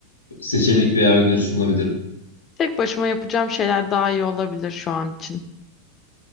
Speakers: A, on the left; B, on the left.
A: seçenek veya öneri sunabilirim.
B: Tek başıma yapacağım şeyler daha iyi olabilir şu an için.